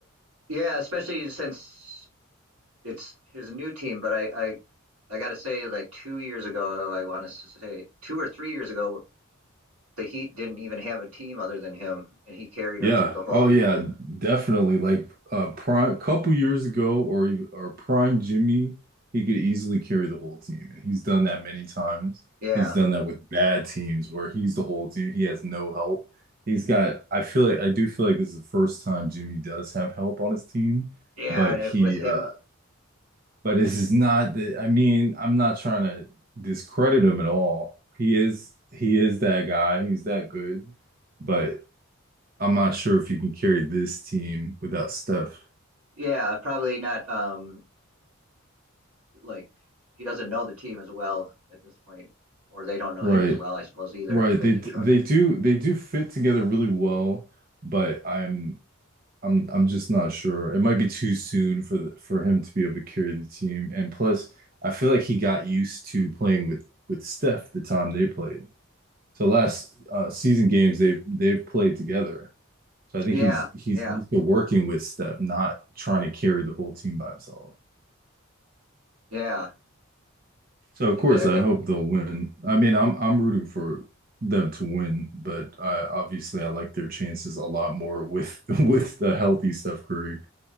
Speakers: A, on the right (about 90°); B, on the right (about 40°).
A: Yeah, especially since it's his new team. But I, I, I gotta say, like two years ago, I want to say two or three years ago, the Heat didn't even have a team other than him, and he carried
B: Yeah.
A: them through the whole.
B: Oh yeah, definitely. Like uh prime couple years ago or ev- or prime Jimmy, he could easily carry the whole team and he's done that many times.
A: Yeah,
B: He's done that with bad teams where he's the whole team. He has no help. He's got I feel like I do feel like this is the first time Jimmy does have help on his team,
A: yeah,
B: but
A: and
B: he
A: if with him
B: uh But this is not the, I mean, I'm not trying to discredit him at all. He is he is that guy. He's that good. But I'm not sure if you can carry this team without Steph.
A: Yeah, probably not. Um, like he doesn't know the team as well at this point, or they don't know
B: Right.
A: him as well, I suppose either.
B: Right.
A: Like
B: They they
A: to trust him.
B: do they do fit together really well, but I'm I'm I'm just not sure. It might be too soon for the, for him to be able to carry the team. And plus, I feel like he got used to playing with with Steph the time they played. So last uh, season games they've they've played together. So I think
A: Yeah,
B: he's he's
A: yeah,
B: used to working with Steph, not trying to carry the whole team by himself.
A: yeah,
B: So of
A: exactly.
B: course I hope they'll win. I mean I'm I'm rooting for them to win, but I, obviously I like their chances a lot more with <laughs> with the healthy Steph Curry.